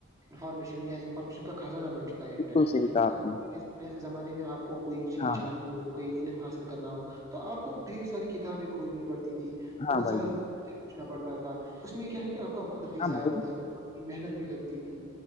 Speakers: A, on the right; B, on the left.
A: انفارمیشن یا انفارمیشن کا خزانہ بن چکا ہے انٹرنیٹ
B: بالکل صحیح کہا آپ نے
A: ایک زمانے میں آپ کو کوئی چیز
B: ہاں
A: جاننی
B: بھائی
A: ہو کوئی علم حاصل کرنا ہو تو آپ کو ڈھیر ساری کتابیں کھوجنی پڑتی تھی بہت
B: ہاں بھائی
A: سارے
B: جان
A: لوگوں سے پوچھنا پڑتا تھا اس میں کیا ہے کہ آپ کا وقت بھی
B: ہاں
A: ضائع
B: بھائی،
A: ہوتا تھا محنت بھی لگتی تھی